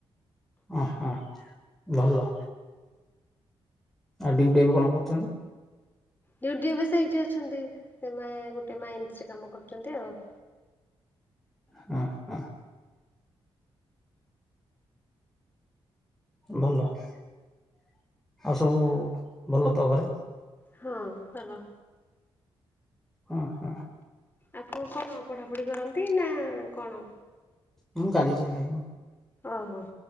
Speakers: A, in the centre; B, on the left.
A: ଅଁ ହଁ ଭଲ ଆ ଡିଉଟି ଏବେ କଣ କରୁଚନ୍ତି?
B: ଡିଉଟି ଏବେ ସେଇଠି ଅଛନ୍ତି ସେମାଁ ଗୋଟେ ମାଇନ୍ସରେ କାମ କରୁଚନ୍ତି ଆଉ।
A: କଁ ହଁ। ଭଲ ଆଉ ସବୁ ଭଲ ତ ଘରେ?
B: ହଁ ଭଲ।
A: ଅଁ ହଁ।
B: ଆପଣ କଣ ପଢ଼ାପଢି଼ କରନ୍ତି ନାଁ କଣ?
A: ମୁଁ ଗାଡ଼ି ଚଲାୟ।
B: ଓହୋ